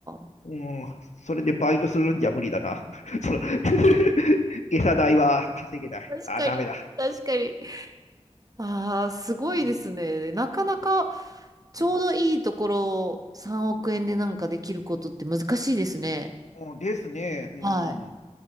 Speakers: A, on the right; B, on the left.
A: か。
B: うん、それでバイトするんじゃ無理だな。<laughs> その <laughs> 餌代は稼げない。
A: 確かに、
B: あ、ダメだ。
A: 確かに。ああ、すごいですね。
B: うん
A: なかなか、ちょうどいいところ3億円でなんかできることって難しいですね。
B: うんうんうん、ですね。うん。
A: はい。